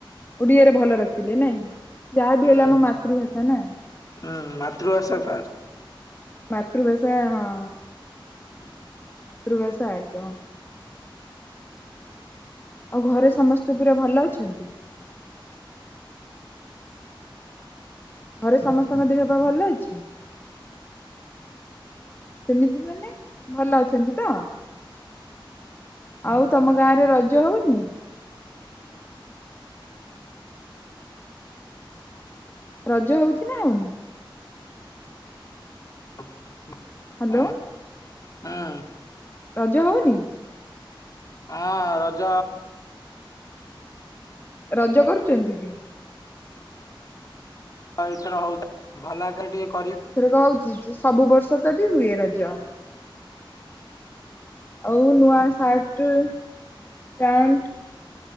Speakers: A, on the left; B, on the left.
A: ଓଡିଆରେ ଭଲ ରଖିଥିଲେ ନାଇଁ ଯାହାବିି
B: ହୁଁ।
A: ହେଲେ ଆମ ମାତୃଭାଷା ନା।
B: ହୁଁ ମାତୃଭାଷା ଫାଷ୍ଟ।
A: ମାତୃଭାଷା ହଁ।
B: <inaudible>
A: ମାତୃଭାଷା ଆଗ। ଆଉ ଘରେ ସମସ୍ତେ ପୁରା ଭଲ ଅଛନ୍ତି? ଘରେ ସମସ୍ତଙ୍କ ଦେହପାଅ ଭଲ ଅଛି? ସେମିତି ମାନେ ଭଲ ଅଛନ୍ତି ତ? ଆଉତମ ଗାଁରେ ରଜ ହଉନି? ରଜ ହଉଚି ନା ହଉନି?
B: ହଁ,
A: ହ୍ୟାଲୋ
B: ହଁ।
A: ରଜ ହଉନି?
B: ହଁ ରଜ
A: ରଜ କରୁଚନ୍ତି ଟି?
B: ହଁ ଏଇଥର ହଉଚି ଭଲଆକାର ଟିକେ କରିବି।
A: ଏଥରକ ହଉଚି ଯେ ସବୁବର୍ଷ ତ ବି ହୁଏ ରଜ। ଆଉନୂଆ ସାଟ୍ ପ୍ୟାଣ୍ଟ